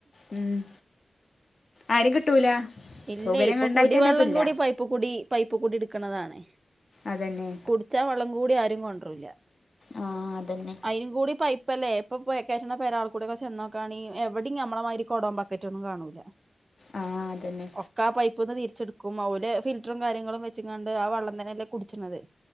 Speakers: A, on the left (about 45°); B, on the right (about 30°).
A: മ്മ് ആരെം കിട്ടൂല
B: ഇല്ലേ
A: സൗകര്യങ്ങൾ
B: ഇപ്പൊ
A: ഉണ്ടായിട്ട്
B: കുടിവെള്ളം
A: തന്നെ അപ്പം ഇല്ല
B: കൂടി പൈപ്പ് കൂടി പൈപ്പ് കൂടി എടുക്കണതാണ്
A: അതന്നെ
B: കുടിച്ചാ വള്ളം കൂടി ആരും കൊണ്ടരൂല
A: ആ അതന്നെ
B: അയിനും കൂടി പൈപ്പല്ലേ ഇപ്പൊ പെരെൽക്കൂടെക്കെ ചെന്നോക്കയാണെങ്കിൽ എവിടയും നമ്മളമാരി കൊടൊം ബക്കറ്റൊന്നും കാണൂല
A: ആ അതന്നെ
B: ഒക്കെ ആ പൈപ്പ് ഒന്ന് തിരിച്ചെടുക്കും അവല് ഫിൽറ്ററും കാര്യങ്ങളും വെച്ചങ്ങാണ്ട് ആ വെള്ളം തന്നെയല്ലേ കുടിച്ചിണത്